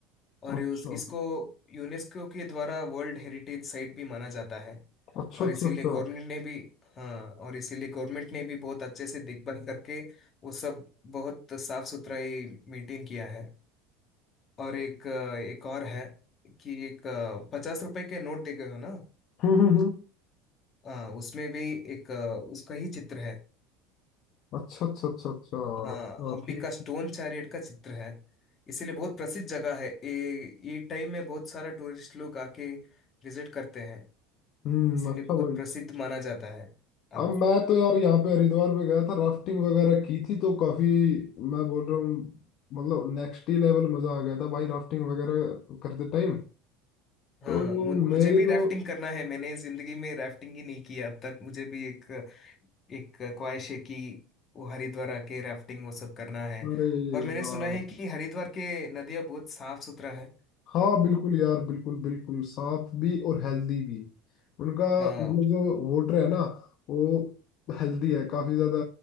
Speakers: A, on the left; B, on the left.
A: और
B: है अच्छा
A: उस, इसको यूनेस्को के द्वारा वर्ल्ड हेरिटेज साइट भी माना जाता है
B: अच्छा
A: और
B: अच्छा
A: इसीलिए
B: अच्छा
A: गवर्नमेंट ने भी हाँ और इसीलिए गवर्नमेंट ने भी बहुत अच्छे से देखभाल करके वो सब बहुत साफ सुथराई मेंटेन किया है और एक अ, एक और है कि एक पचास रुपए के नोट देखे हो ना
B: हम्म हम्म, हम्म।
A: हाँ उसमें भी एक अ, उसका ही चित्र है
B: अच्छा अच्छा अच्छा अच्छा
A: हाँ
B: अच्छा,
A: हम्पी
B: ठीक
A: का स्टोन
B: ठीक
A: चैरियट का चित्र है इसीलिए बहुत प्रसिद्ध जगह है ये ये टाइम में बहुत सारा टूरिस्ट लोग आके विजिट करते हैं
B: हम्म
A: इसीलिए
B: अच्छा
A: बहुत
B: भाई
A: प्रसिद्ध माना जाता है अब
B: अब मैं तो यार यहाँ पे हरिद्वार पे गया था राफ्टिंग वगैरह की थी तो काफी मैं बोल रहा हूँ मतलब नेक्स्ट ही लेवल मजा आ गया था भाई राफ्टिंग वगैरह करते टाइम
A: हाँ
B: तो
A: मु,
B: मेरे
A: मुझे भी राफ्टिंग
B: को
A: करना है मैंने जिंदगी में राफ्टिंग ही नहीं किया अब तक मुझे भी एक एक ख्वाहिश है कि वो हरिद्वार आके राफ्टिंग वो सब करना है
B: अरे
A: और मैंने
B: यार
A: सुना है कि हरिद्वार के नदियाँ बहुत साफ सुथरा है
B: हाँ बिल्कुल यार बिल्कुल बिल्कुल साफ भी और हेल्दी भी उनका
A: हाँ
B: मतलब जो वाटर है ना वो हेल्दी है काफी ज्यादा